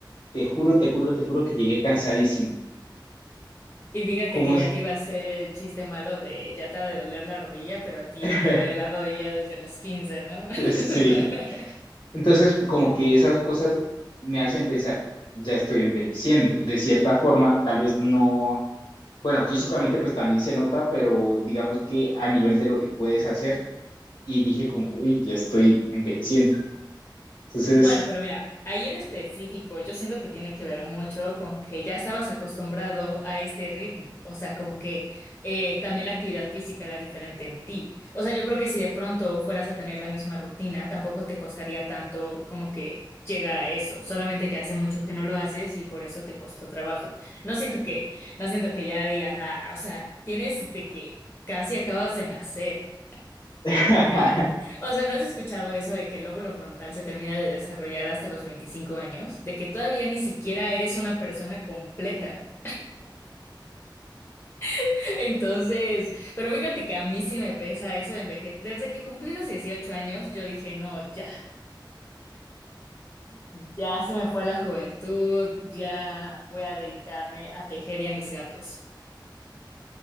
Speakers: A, on the left; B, on the left.
A: Te juro, te juro, te juro que llegué cansadísimo.
B: Y fíjate
A: Como
B: que
A: es-
B: ya te iba a hacer el chiste malo de ya te ha de doler la rodilla, pero a ti
A: <laughs>
B: te duele la rodilla desde los 15, ¿no? <laughs>
A: Sí. Entonces, como que esas cosas me hacen pensar, ya estoy envejeciendo. De cierta forma, tal vez no, bueno, físicamente pues también se nota, pero digamos que a nivel de lo que puedes hacer, y dije como, uy, ya estoy envejeciendo. Entonces,
B: Bueno, pero mira, ahí en específico, yo siento que tiene que ver mucho con que ya estabas acostumbrado a este ritmo, o sea, como que eh, también la actividad física era diferente en ti. O sea, yo creo que si de pronto fueras a tener la misma rutina, tampoco te costaría tanto como que llegar a eso, solamente que hace mucho que no lo haces y por eso te costó trabajo. No siento que, no siento que ya digas, ah, o sea, tienes de que casi acabas de nacer.
A: <laughs>
B: O sea, ¿no has escuchado eso de que el lóbulo frontal se termina de desarrollar hasta los 25 años? De que todavía ni siquiera eres una persona completa. <laughs> Entonces, pero fíjate que a mí sí me pesa eso de envejecer. Desde que cumplí los 18 años, yo dije, no, ya, ya se me fue la juventud, ya voy a dedicarme a tejer y a mis gatos. <laughs>